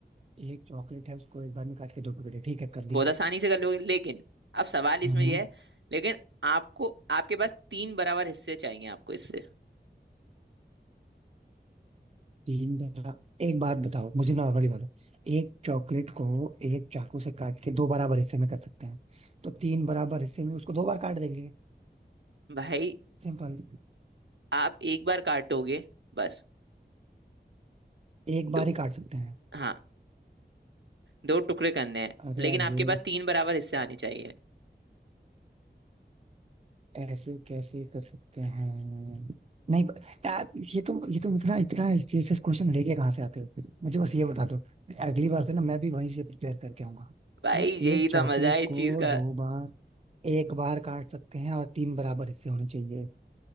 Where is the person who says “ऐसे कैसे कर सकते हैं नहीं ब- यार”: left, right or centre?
Right